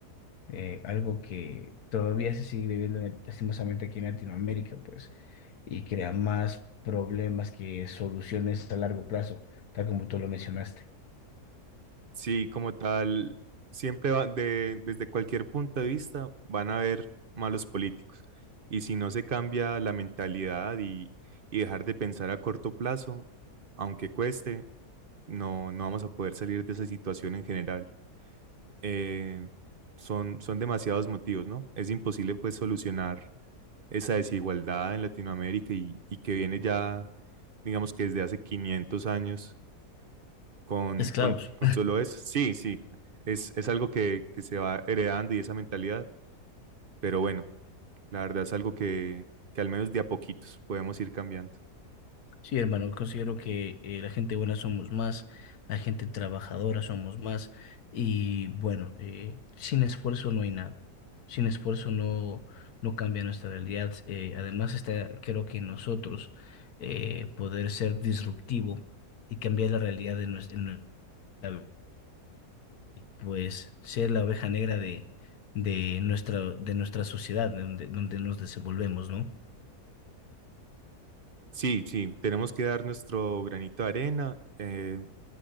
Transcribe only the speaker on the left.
eh, algo que todavía se sigue viviendo en- lastimosamente aquí en Latinoamérica, pues, y crea más problemas que soluciones a largo plazo, tal como tú lo mencionaste.
Esclavos.
Sí, hermano, considero que eh, la gente buena somos más, la gente trabajadora somos más y bueno, eh, sin esfuerzo no hay nada, sin esfuerzo no, no cambia nuestra realidad. eh, además está, creo que en nosotros eh, poder ser disruptivo y cambiar la realidad de nues- en nuestra, pues ser la oveja negra de, de nuestra, de nuestra sociedad, donde, donde nos desenvolvemos, ¿no?